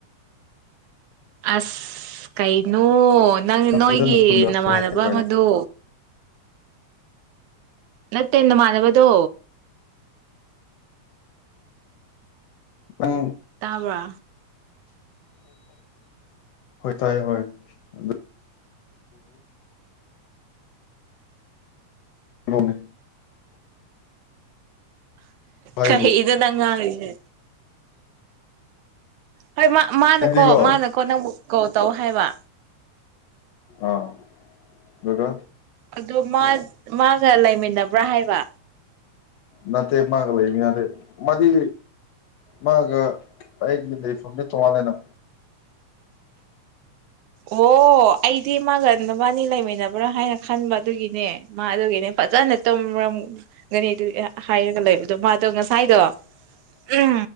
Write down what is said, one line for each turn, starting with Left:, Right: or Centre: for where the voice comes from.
Right: ꯑꯁ ꯀꯩꯅꯣ ꯅꯪ ꯅꯣꯏꯒꯤ
Left: ꯐꯖꯅ ꯇꯨꯝꯔꯝꯃꯦ
Right: ꯅꯃꯥꯟꯅꯕ
Left: ꯀꯩꯅꯣ
Right: ꯑꯃꯗꯣ ꯅꯠꯇꯦ ꯅꯃꯥꯟꯅꯕꯗꯣ
Left: ꯅꯪ
Right: ꯇꯥꯕ꯭ꯔꯥ
Left: ꯍꯣꯢ ꯇꯥꯏ ꯍꯣꯢ ꯑꯗꯨ ꯒꯣꯝꯅꯦ ꯍꯥꯏꯕꯨ
Right: ꯀꯩꯗ ꯅꯪ ꯉꯥꯡꯉꯤꯁꯦ ꯍꯣꯏ ꯃꯥ ꯃꯥꯅꯀꯣ
Left: ꯍꯥꯏꯕꯗꯤꯀꯣ
Right: ꯃꯥꯅꯀꯣ ꯅꯪꯕꯨ ꯀꯣꯜ ꯇꯧ ꯍꯥꯏꯕ
Left: ꯑꯥ ꯗꯨꯗ
Right: ꯑꯗꯨ ꯃꯥ ꯃꯥꯒ ꯂꯩꯃꯤꯟꯅꯕ꯭ꯔꯥ ꯍꯥꯏꯕ
Left: ꯅꯠꯇꯦ ꯃꯥꯒ ꯂꯩꯃꯤꯟꯅꯗꯦ ꯃꯥꯗꯤ ꯃꯥꯒ ꯑꯩꯒꯤ ꯂꯩꯐꯝꯅꯤ ꯇꯣꯉꯥꯜꯂꯦꯅ
Right: ꯑꯣ ꯑꯩꯗꯤ ꯃꯥꯒ ꯅꯕꯥꯟꯅꯤ ꯂꯩꯃꯤꯟꯅꯕ꯭ꯔꯥ ꯍꯥꯏꯅ ꯈꯟꯕ ꯑꯗꯨꯒꯤꯅꯦ ꯃꯥ ꯑꯗꯨꯒꯤꯅꯦ ꯐꯖꯅ ꯇꯨꯝꯔꯝꯒꯅꯤ ꯑꯗꯨ ꯍꯥꯏꯔꯒ ꯂꯩꯕꯗꯣ ꯃꯥꯗꯣ ꯉꯁꯥꯏꯗꯣ
Left: <inaudible>
Right: ꯎꯝ